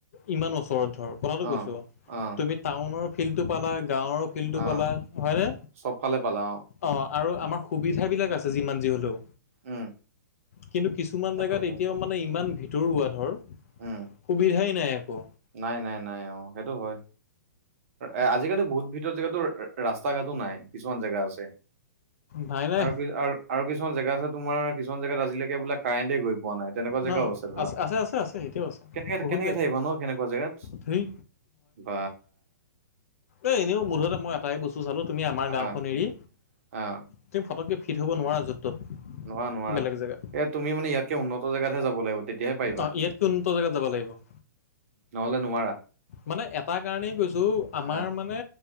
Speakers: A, on the left; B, on the right.
A: ইমান ওচৰত ধৰ, কথাটো
B: অ'
A: কৈছো।
B: অ'
A: তুমি টাউনৰ ফিল্ডটো পালা, গাঁৱৰ ফিল্ড <unintelligible>
B: অ'
A: পালা হয়নে?
B: চবফালে পালা
A: অ'। আৰু আমাৰ সুবিধাবিলাক আছে, যিমান যি হ'লেও।
B: উম
A: কিন্তু কিছুমান
B: সেইটো
A: জেগাত
B: হয়।
A: এতিয়াও মানে ইমান ভিতৰুৱা ধৰ,
B: উম,
A: সুবিধাই নাই। একো
B: নাই, নাই, নাই। অ', সেইটো হয়। এ আজিকালি বহুত ভিতৰৰ জেগাতো ৰাস্তা ঘাটো নাই, কিছুমান জেগা আছে।
A: নাই নাই
B: আৰু কি আৰু কিছুমান জেগা আছে তোমাৰ কিছুমান জেগাত আজিলৈকে বোলে কাৰেণ্টে গৈ পোৱা নাই তেনেকুৱা জেগাও
A: ন
B: আছে ধৰা
A: আছে আছে এতিয়াও আছে
B: কেনেকে
A: বহুত
B: কেনেকে
A: জেগা
B: থাকিব ন কেনেকুৱা জেগাত
A: ধেই
B: ব
A: এ এনেও মুঠতে মই এটাই বস্তু চালো তুমি আমাৰ
B: আহ
A: গাঁওখন এৰি
B: আহ
A: তুমি ফটো থ'ব নোৱাৰা ত'ত
B: নোৱা নোৱাৰা
A: বেলেগ জেগাত
B: এ তুমি মানে, ইয়াতকে উন্নত জেগাতহে যাব লাগিব তেতিয়াহে পাৰিবা
A: আহ ইয়াতকৈ উন্নত জেগাত যাব লাগিব-
B: নহ'লে নোৱাৰা।
A: মানে, এটা কাৰণেই কৈছো আমাৰ
B: আহ
A: মানে,